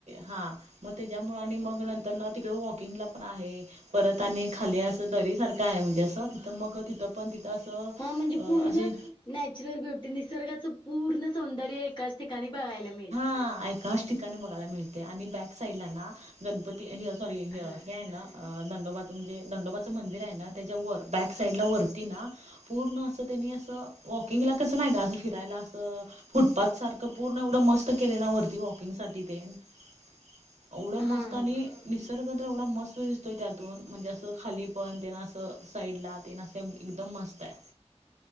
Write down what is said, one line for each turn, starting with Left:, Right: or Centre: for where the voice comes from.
Right: हा मग त्याच्यामुं आणि मग नंतर ना तिकडे वॉकिंगला पण आहे. परत आणि खाली असं दरी सारखं आहे म्हणजे असं तिथं मग तिथं पण तिथं असं.
Left: हा म्हणजे
Right: अ
Left: पूर्ण
Right: असे
Left: नॅचरल ब्युटी निसर्गाचं पूर्ण सौंदर्य त्याच ठिकाणी बघायला मिळत.
Right: हा एकाच ठिकाणी बघायला मिळते आणि बॅक साइडला ना गणपती सॉरी हे
Left: हा
Right: आहे ना. अ दंडोबाचं म्हणजे दंडोबाचं मंदिर आहे ना त्याच्या वर बॅक साइडला वरती ना. पूर्ण असं त्यांनी असं वॉकिंगला कसं नाही का असं फिरायला असं. फुटपाथ सारखं पूर्ण एवढं मस्त केले ना वरती वॉकिंग साठी ते एवढं
Left: हा
Right: मस्त
Left: हा
Right: आणि निसर्ग तर एवढा मस्त दिसतोय त्यातून म्हणजे असं खाली पण तेना असं साईड ला तेना अस एकदम मस्त आहे.